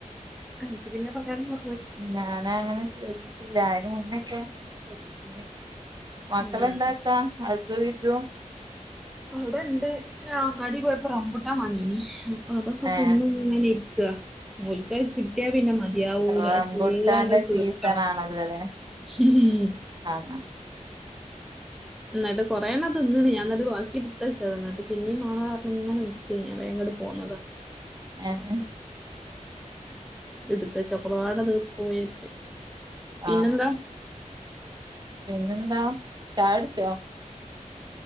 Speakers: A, in the centre; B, on the right.
A: അൻക്ക് പിന്നെ പറയാനും മ
B: ഞാനാങ്ങനെ ശ്രദ്ധിച്ചില്ല അയിന് മുന്നൊക്കെ ശ്രദ്ധിച്ചീനി മക്കളെന്താക്കാ
A: ഉം
B: അജ്ജു വിജ്ജും
A: അവിടെണ്ട് ഞാൻ അങ്ങാടി പോയപ്പോ റംമ്പൂട്ടാൻ വാങ്ങീനി അപ്പൊ അതൊക്കെ
B: ഏഹ്
A: തിന്നിങ്ങനെ ഇരി ക്കാ ഓൽക്കത് കിട്ടിയാ പിന്നെ മതിയാവൂല
B: റംബുട്ടാന്റെ
A: അത്‌ ഫുള്ളങ്ങട് തീർക്കണം
B: സീസണാണല്ലോല്ലേ
A: ഹും.
B: ആഹ് അഹ്
A: എന്നട്ട് കൊറേണ്ണം തിന്ന്ണ് ഞാനന്നട്ട് ബാക്കി ഇട്ത്ത് വെച്ചത. എന്നട്ട് പിന്നീം മാണ പർഞ്ഞിങ്ങനെ നിക്കേ ഞാന് വേഗിങ്ങട് പോന്നതാ.
B: ഏഹ് എഹ്
A: ഇട്ത്തു വെച്ച ഒക്കപ്പാടെ തീർക്കൊ വിചാരിച്ച്. പിന്നെന്താ
B: ആഹ് പിന്നെന്താ ചായകുട്‌ച്ചോ